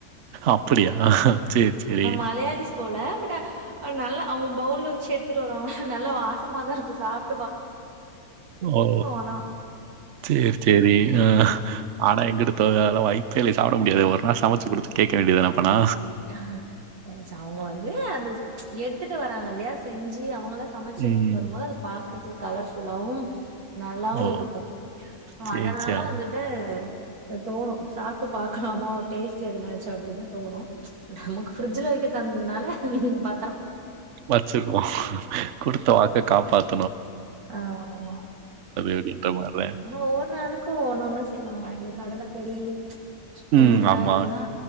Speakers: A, on the right; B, on the right.
A: அப்படியா சரி, சரி.
B: நம் மலையாலிஸ் போல பட் நல்லா அவங்க பவுல்ல வெச்சு எடுத்துட்டு வருவாங்க நல்ல வாச சமா தான் இருக்கும் சாப்
A: ஓ
B: ஆனா
A: செரி செரி ஆ ஆனா எங்கடுத்த அத வாய்ப்பே இல்ல சாப்பிட முடியாது ஒரு நாள் சமைச்சு கொடுத்து கேட்க வேண்டியதுான அப்பனா
B: அஹ் அவங்க வந்து அந்த எடுத்துட்டு வராங்க இல்லையா செஞ்சு அவங்க சமைச்ச எடுத்துட்டு
A: ம்.
B: வரும்போது பாக்குறதுக்கு கலர்ஃபுல்லாவும் நல்லாவும்
A: ஓ!
B: இருக்கும்
A: சரி,
B: அதனால
A: சரி. அ.
B: வந்துட்டு தோணும் சாப்பட்டு பாக்கலாம டேஸ்ட் என்னாச்சு அப்பின்னு தோணு நமக்கு பிரிட்ஜில வெக்க தந்ததுனாலே உம் ப
A: வச்சுக்குவோம் குடுத்த வாக்க காப்பாத்து
B: ஆஹ் ஆமாமா
A: அப்படின்ற மாரி தான்.
B: ஆனா ஒவ்வொரு நாளுக்கும் ஒன்னு ஒண்ணும் செய்வாங்க என்ன கடலக்கறி சிக்கன்ல
A: ம். ஆமா.
B: என்னனா